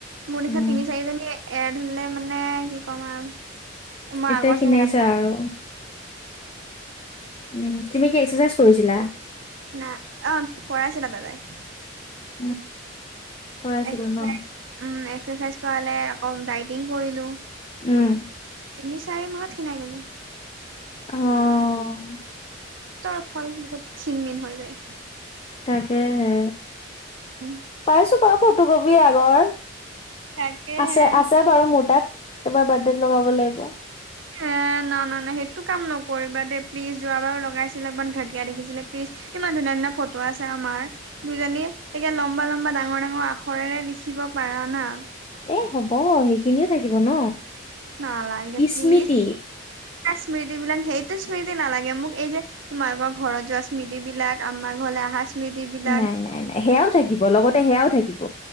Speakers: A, on the right; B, on the left.
A: মোৰ নিচিনা
B: উম
A: তিনি চাৰিজনী এড হলে মানে কি ক'ম আৰু মই
B: এতিয়া
A: আগৰ
B: খিনাইছা
A: চেহাত হব।
B: আৰু উম তুমি কি এক্সাৰচাইজ কৰিছিলা
A: ন অ কৰাইছিলা দাদাই
B: উম কৰাইছিলা
A: উ
B: ন
A: এক্সেচাইজ কৰালে আকৌ ডাইটিং কৰিলো
B: উম
A: তিনি চাৰি মাহত খিনাই গলো
B: অহ
A: তাৰ ফল বহুত ক্ষীণ মীন হৈ যায়।
B: তাকে হে
A: উম
B: পাইছো বাৰু ফটো কপি আগৰ
A: তাকেহে
B: আছে আছে বাৰু মোৰ তাত এবাৰ বাৰ্থডেত লগাব লাগিব।
A: হ না না না সেইটো কাম নকৰিবা দেই প্লিজ, যোৱাবাৰো লগাইছিলা ইমান ঘাটিয়া দেখিছিলে, প্লিজ। ইমান ধুনীয়া ধুনীয়া ফটো আছে আমাৰ দুজনী এতিয়া লম্বা লম্বা ডাঙৰ ডাঙৰ আখৰেৰে লিখি শিকিব পাৰা ন?
B: এ হ'ব সেইখিনিও থাকিব ন।
A: নালাগে প্লিজ
B: স্মৃতি
A: স্মৃতি বিলাক সেই স্মৃতি নালাগে মোক এই যে মাৰ ঘৰত যোৱা স্মৃতি বিলাক, আমাৰ ঘৰলৈ অহা স্মৃতি বিলাক
B: নাই নাই নাই সেয়াও থাকিব লগতে সেয়াও থাকিব।